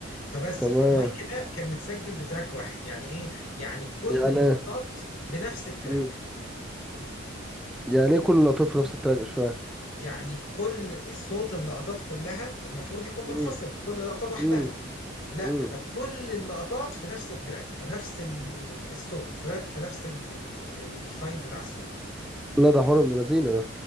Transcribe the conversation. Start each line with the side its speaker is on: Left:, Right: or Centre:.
Left: فبس
Centre: تمام
Left: فالمايك ده كان متسجل بتراك واحد يعني ايه يعني كل
Centre: يعني
Left: اللقطات
Centre: ايه
Left: بنفس التراك
Centre: مم. يعني ايه كل اللقطات في نفس التراك مش فاهم
Left: يعني كل صوت اللقطات كلها المفروض يكون منفصل
Centre: امم
Left: كل لقطة لوحدها
Centre: امم
Left: لا
Centre: امم
Left: ده كل اللقطات في نفس التراك في نفس ال- الصوت في في نفس ال- الفايل بتاع الصوت
Centre: لا ده حوار من اللذينه ده